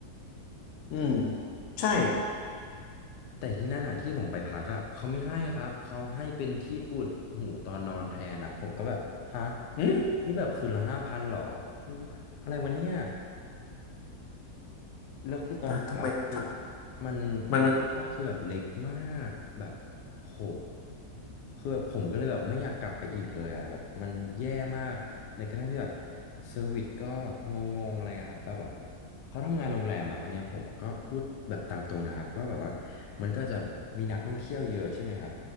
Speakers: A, on the left; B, on the left.
A: อืมใช่
B: แต่ที่นั่นอ่ะที่ผมไปพักอ่ะเขาไม่ให้ครับเขาให้เป็นที่อุดหูตอนนอนแทนอ่ะผมก็แบบฮะ
A: อืม
B: นี่แบบคืนละห้าพันหรออืมอะไรวะเนี่ย แล้วคือตอนเช้าอะพี่
A: อ่ะทำไมท
B: มัน
A: ำมันมัน
B: ก็คือแบบเล็กมากแบบโหคือแบบผมก็เลยแบบไม่อยากกลับไปอีกเลยอ่ะแบบมันแย่มากในกระทั่งที่แบบเซอร์วิสก็งงๆอะไรครับแบบแบบเขาทำงานโรงแรมอ่ะอันเนี้ยผมก็พูดแบบตามตรงนะครับว่าแบบว่ามันก็จะมีนักท่องเที่ยวเยอะใช่ไหมครับ